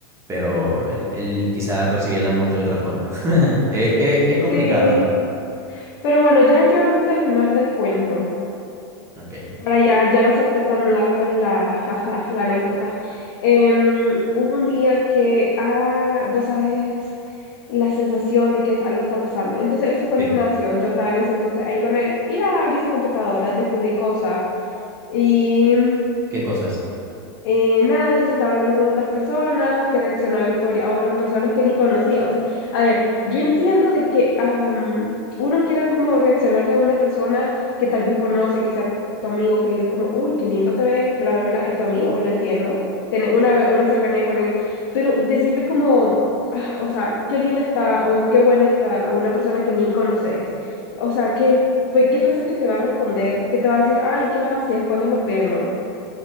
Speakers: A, on the right; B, on the left.
A: pero él, él quizá recibía el amor de otra forma. <laughs> Eh, eh, es complicado.
B: Sí. Pero bueno, ya llevándote al final del cuento,
A: Ok,
B: para ya, ya no hacerte tan larga la, <laughs> la, la anécdota. Em, hubo un día que, ah, vos sabés, la sensación de que algo está pasando. Entonces él se fue
A: sí,
B: al gimnasio, yo estaba en ese entonces ahí con él, ir a abrir su computadora, descubrí cosas y...
A: qué cosas,
B: eh, nada, que se estaba hablando con otras personas, que reaccionaba a historia a otras personas que ni conocía. O sea, a ver, yo entiendo de que am, uno quiera como reaccionarle a una persona que tal vez conoce, que sea tu amigo, que le digas como, uy, qué lindo te ves, bla, bla, bla, es tu amigo, lo entiendo, tener una, una cercanía con él, pero decirle como, "Ah, o sea, qué linda está o qué buena está a una persona que ni conoces. O sea, ¿qué, pe- qué pensás que te va a responder? ¿Qué te va a decir? Ay, gracias, ¿cuándo nos vemos?